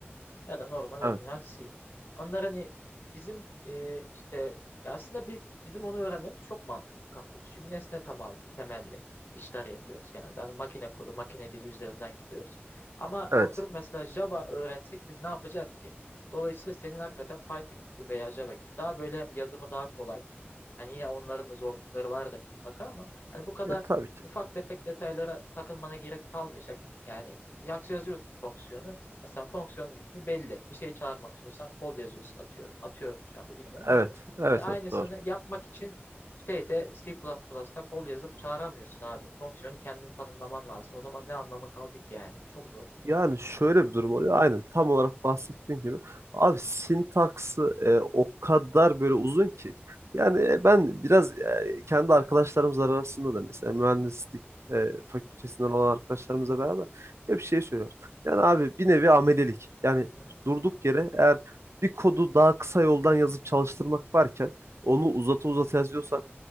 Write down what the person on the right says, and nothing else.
Evet.
Evet.
Ya tabii ki.
Evet. Evet.
Evet. Doğru.
Yani şöyle bir durum oluyor. Aynen tam olarak bahsettiğin gibi. Abi sintaksı e, o kadar böyle uzun ki. Yani e, ben biraz e, kendi arkadaşlarımız arasında da mesela mühendislik e, fakültesinden olan arkadaşlarımızla beraber hep şey söylüyoruz. Yani abi bir nevi amelelik. Yani
durduk yere eğer bir kodu daha kısa yoldan yazıp çalıştırmak varken onu uzata uzata yazıyorsan